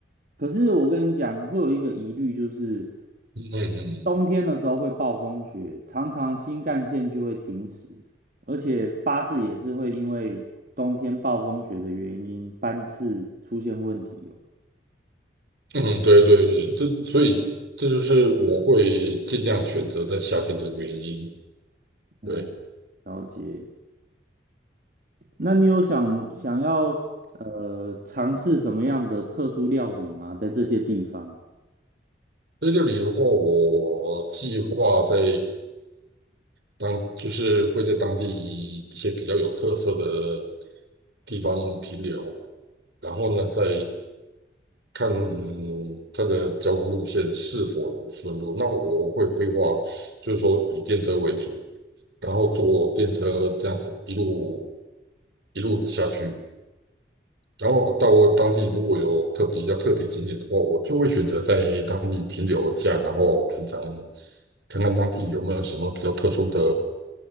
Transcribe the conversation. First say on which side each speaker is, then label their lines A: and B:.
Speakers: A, on the right (about 50°); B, on the right (about 65°).
A: 可是我跟你讲，会有一个疑虑，就是
B: 嗯嗯嗯。
A: 冬天的时候会暴风雪，常常新干线就会停驶，而且巴士也是会因为冬天暴风雪的原因，班次出现问题哦。
B: 嗯，对对，对，这所以这就是我会尽量选择在夏天的原因。
A: 哦，
B: 对，
A: 了解。那你有想想要呃尝试什么样的特殊料理吗？在这些地方？
B: 这里的话，我计划在当就是会在当地一些比较有特色的地方停留，然后呢，再看它的交通路线是否能顺路。那我会规划，就是说以电车为主，然后坐电车这样子一路一路下去。然后到当地如果有特别比较特别景点的话，我就会选择在当地停留一下，然后品尝看看当地有没有什么比较特殊的，